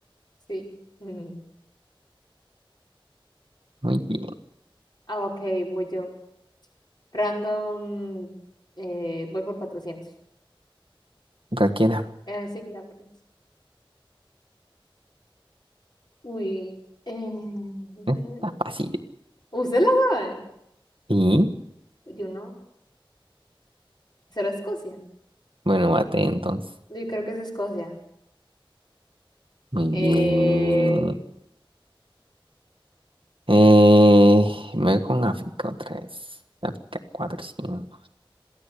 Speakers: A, on the left; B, on the right.
A: Sí. <laughs> Mm.
B: Muy bien.
A: Ah, ok, voy yo. Random, eh, voy por cuatrocientos
B: Cualquiera.
A: Eh, sí, ya, pues. Uy, eh, bueno.
B: Está fácil.
A: ¿usted la sabe?
B: Y
A: Yo no. ¿Será Escocia?
B: bueno, bate entonces.
A: Yo creo que es Escocia.
B: Muy bien.
A: Eh...
B: Eh, me voy con África otra vez. África cuatro cinco